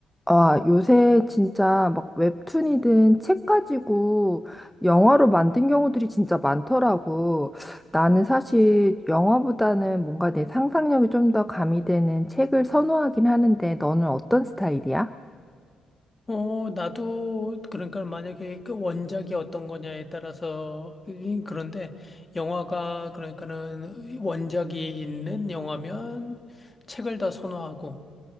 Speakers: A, in the centre; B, on the left.
A: 아, 요새 진짜 막 웹툰이든 책 가지고 영화로 만든 경우들이 진짜 많더라고. 나는 사실 영화보다는 뭔가 내 상상력이 좀 더 가미되는 책을 선호하긴 하는데 너는 어떤 스타일이야?
B: 어, 나도, 그러니까 만약에 그 원작이 어떤 거냐에 따라서, 이- 그런데 영화가, 그러니까는 원작이 있는 영화면 책을 더 선호하고,